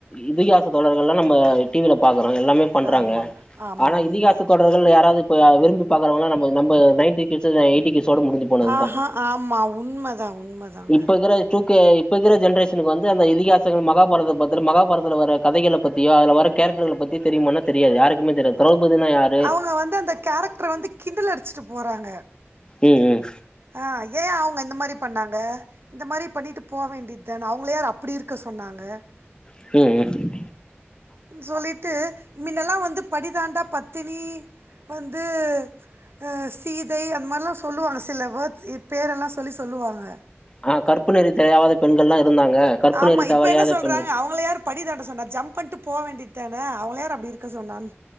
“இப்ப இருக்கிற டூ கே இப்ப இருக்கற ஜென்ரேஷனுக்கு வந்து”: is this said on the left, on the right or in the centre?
Left